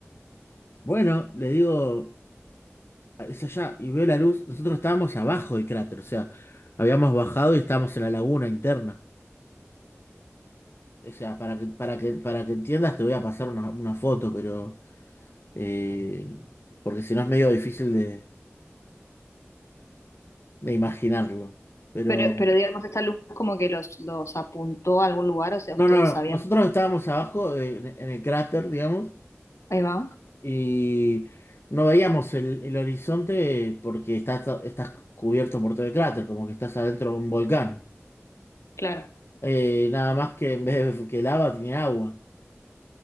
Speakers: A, on the left (about 55°); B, on the left (about 80°).
A: bueno, le digo, es allá, y veo la luz, nosotros estábamos abajo del cráter, o sea, habíamos bajado y estábamos en la laguna interna. O sea, para que, para que, para que entiendas, te voy a pasar una, una foto, pero... eh, porque si no es medio difícil de, de imaginarlo. Pero
B: Pero, pero digamos, esta luz como que los, los apuntó a algún lugar, o sea,
A: no,
B: ustedes
A: no, no.
B: sabían.
A: Nosotros estábamos abajo eh, en, en el cráter, digamos,
B: Ahí va,
A: y no veíamos el, el horizonte porque está, estás cubierto por todo el cráter, como que estás adentro de un volcán.
B: claro,
A: Eh, nada más que en vez de que lava tiene agua.